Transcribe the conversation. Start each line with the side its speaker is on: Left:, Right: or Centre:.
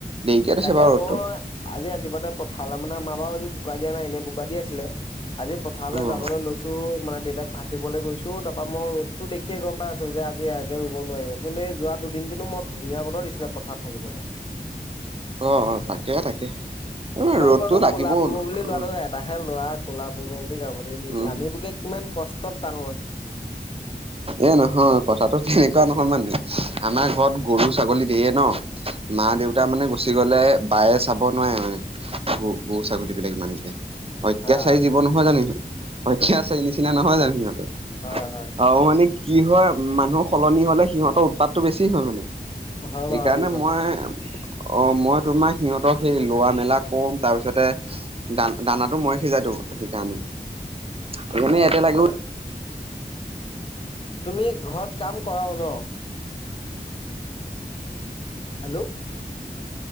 Right: দেৰিকে দিছে
Left: তাকে
Right: বাৰু ৰ'দটো।
Left: মই আজি ৰাতিপুৱাতে পঠালে মানে আমাৰ বাওঁ আজি বোকা দিয়া নাই, এনেই বোকা দি আছিলে। আজি পথাৰলে
Right: অ'
Left: যাবলৈ লৈছো মানে দেউতাক ভাত দিবলৈ গৈছোঁ, তাৰ পৰা মই ৰ'দতো দেখিয়ে গম পাই আছো যে, আজি ৰাইজে ৰুব নোৱাৰিব। কিন্তু এই যোৱা দুদিন কিন্তু মই ধুনীয়া বতৰ দিছিলে, পথাৰত থাকিবলে।
Right: অ-অ, তাকেহে তাকে।
Left: তোমালোকৰ
Right: ৰ'দটো
Left: আক
Right: লাগিব।
Left: ক'লা পৰিব বুলি
Right: উম,
Left: ল'ৰাটো যে ইয়াত এটাহে ল'ৰা ক'লা পৰিব বুলি যাবলে নিদিয়ে।
Right: উম।
Left: আমি বোৰকে কিমান কষ্টত ডাঙৰ হৈছো।
Right: এ নহয় কথাটো তেনেকুৱা নহয় মানে, আমাৰ ঘৰত গৰু, ছাগলী ধেইৰ ন। মা-দেউতা মানে গুচি গ'লে, বায়ে চাব নোৱাৰে মানে। গ গৰু, ছাগলী বিলাক ইমানকে। অত্যাচাৰী
Left: আহ
Right: জীৱ নহয় জানো সিহঁত, অত্যাচাৰীৰ নিচিনা নহয় জানো সিহঁতে।
Left: হয়-হয়।
Right: আৰু মানে কি হয়, মানুহ সলনি হ'লে সিহঁতৰ উৎপাতটো বেছি হয় মানে।
Left: হয় বাৰু
Right: সেইকাৰণে
Left: দেই
Right: মই
Left: কথাটো
Right: অ' মই তোমাৰ সিহঁতক সেই লোৱা-মেলা কও, তাৰপিছতে দানা-দানাটো মই সিজাই দিওঁ সেইকাৰণে, সেইকাৰণে
Left: অ
Right: ইয়াতে লাগো।
Left: অ তুমি ঘৰত কাম কৰাও ন? হেল্ল'